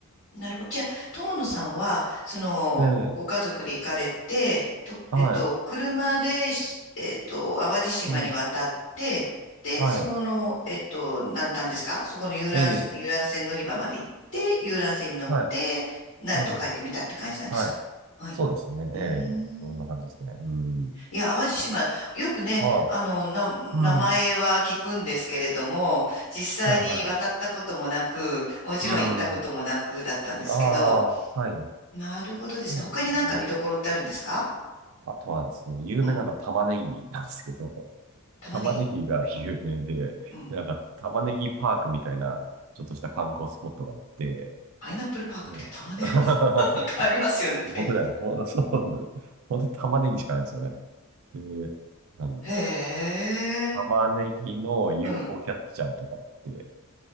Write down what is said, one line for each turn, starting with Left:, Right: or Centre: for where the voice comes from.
Left: なるほど。じゃあ、友野さんは、その、
Right: ええ
Left: ご家族で行かれて、と、
Right: はい。
Left: えっと、車でし、えっと、淡路島に渡って、
Right: うん。
Left: で、
Right: はい。
Left: その、えっと、南端ですかそこの遊覧、
Right: ええ
Left: 遊覧船乗り場まで行って、遊覧船に乗って、
Right: はい。
Left: 鳴門海峡見たって感じなんですかはい。
Right: うん。はいそうですね。
Left: うーん。
Right: ええ、そんな感じですね。うん。
Left: いや、淡路島、よくね、
Right: は
Left: あの、な、名前は聞くんですけれども、
Right: い。うん。
Left: 実際に渡ったこともなく、
Right: はいはい。
Left: もちろん行ったこともなくだったんですけど、
Right: うん。ああ、はい。
Left: なるほどですね。
Right: そうですね。
Left: 他になんか見どころってあるんですか
Right: あとはですね、有名なのは玉ねぎなんですけど、
Left: うん。
Right: <laughs>
Left: 玉ねぎ。
Right: 玉ねぎが有名で、
Left: うん。うん。
Right: で、なんか玉ねぎパークみたいな、ちょっとした観光スポットがあって、
Left: パイナップルパークみたいな玉ねぎパーク。
Right: もう、
Left: <laughs> なんかありますよね、
Right: <laughs> そう
Left: パイナップル。
Right: もう本当ね、ほん、<laughs> そうです。本当に玉ねぎしかないんですよね。で、なんだろう。
Left: へえ。
Right: 玉ねぎの UFO
Left: うん。
Right: キャッチャーとかって、